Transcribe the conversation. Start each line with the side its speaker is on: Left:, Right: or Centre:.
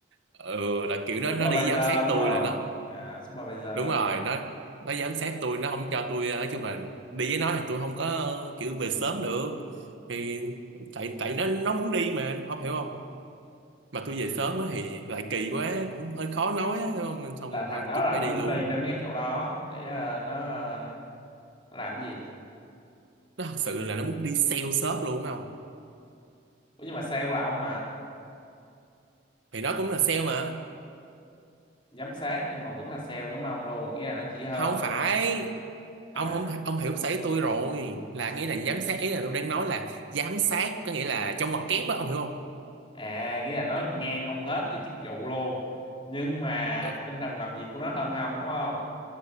Right: ừ, là kiểu nó
Left: supervisor
Right: nó đi giám sát
Left: đúng
Right: tôi
Left: không?
Right: là nó
Left: À supervisor
Right: đúng rồi nó nó giám sát tôi nó không cho tôi nói chung là đi với nó thì tôi không có ờ, kiểu về sớm được thì tại tại nó nó muốn đi mà ông hiểu không mà tôi về sớm á thì lại kỳ quá cũng hơi khó nói á hiểu không nên xong
Left: là thằng
Right: thôi
Left: đó
Right: tôi
Left: là
Right: phải
Left: nó
Right: đi
Left: muốn
Right: luôn
Left: đi tới mấy cái chỗ đó để ờ, nó ờ, nó làm cái gì?
Right: nó thật sự là nó muốn đi sale shop luôn không
Left: Ủa nhưng mà sale là ông mà,
Right: thì nó cũng là sale mà
Left: giám sát nhưng mà vẫn là sale giống ông luôn, nghĩa là nó chỉ hơn
Right: không
Left: ông.
Right: phải
Left: À
Right: ông không ông hiểu sấy tôi rồi là
Left: à, sao?
Right: nghĩa là giám sát ý là tôi đang nói là giám sát có nghĩa là trong mặt kép á ông hiểu không
Left: à nghĩa là nó ngang ông hết về chức vụ luôn nhưng mà
Right: Ừ,
Left: tinh thần làm việc của nó hơn ông đúng không